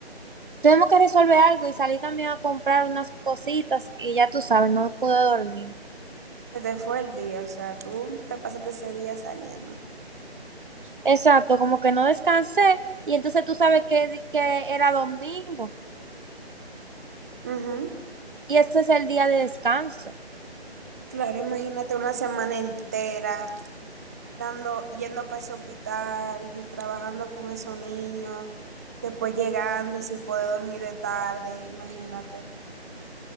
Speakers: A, on the right; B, on the right.
A: Tenemos que resolver algo y salí también a comprar unas cositas y ya tú sabes, no pude dormir.
B: Se te fue el día, o sea, tú te pasaste ese día saliendo.
A: Exacto, como que no descansé y entonces tú sabes que, que era domingo.
B: Ujú.
A: y ese es el día de descanso.
B: Claro, imagínate una semana entera. dando, yendo para ese hospital, trabajando con esos niños, después llegando sin poder dormir de tarde, imagínate.